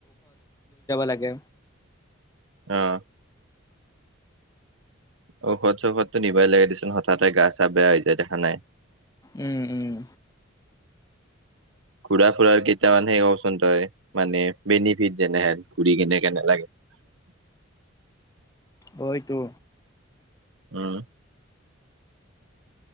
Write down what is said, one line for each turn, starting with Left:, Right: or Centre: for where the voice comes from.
Left: লাগে
Right: আহ'। ঔষধ চৌষধটো নিবই লাগে দেচোন হঠাতে গা চা বেয়া হৈ যায় দেখা নাই।
Left: উম- উম
Right: ঘুৰা-ফুৰাৰ কেইটামান সেই কওঁচোন তই মানে বেনিফিট যেনেহেন ঘুৰি কেনে কেনে লাগে। <unintelligible>
Left: হয়টো।
Right: উম,